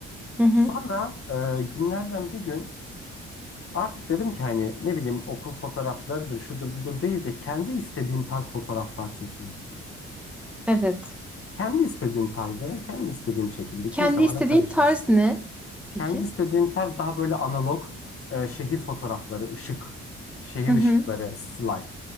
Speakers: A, in the centre; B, on the left (about 40°).
A: Hı hı.
B: Sonra e, günlerden bir gün Artık dedim ki hani ne bileyim okul fotoğraflarıdır, şudur budur değil de kendi istediğim tarz fotoğraflar çekeyim.
A: Evet.
B: Kendi istediğim tarzda, kendi istediğim şekilde kimse
A: Kendi
B: bana
A: istediğin
B: karışmasın.
A: tarz ne? Peki.
B: Kendi istediğim tarz daha böyle analog e, şehir fotoğrafları, ışık, şehir
A: Hı hı.
B: ışıkları, slide.